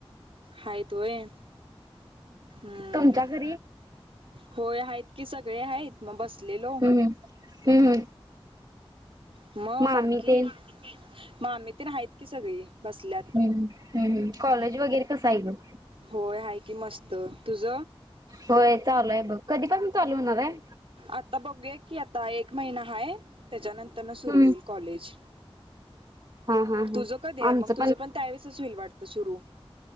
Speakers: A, on the right (about 65°); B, on the right (about 45°).
A: हायत व्हयं हम्म
B: तुमच्या घरी
A: होय आहेत की सगळे आहेत. मग बसलेलो.
B: हम्म हम्म हम्म
A: मग
B: मामी
A: बाकी
B: ते
A: मामी तेन आहेत की सगळी बसल्यात.
B: हम्म कॉलेज वगैरे कसं आहे ग?
A: होय आहे की मस्त. तुझ?
B: होय चालू आहे बघ. कधीपासून चालू होणार आहे?
A: आता बघूया की आता एक महिना हाय त्याच्यानंतर न सुरू
B: हम्म.
A: होईल. कॉलेज
B: हा हा हा
A: तुझं कधी आहे,
B: आमचं
A: म तुझं पण त्यावेळेसच होईल वाटत सुरू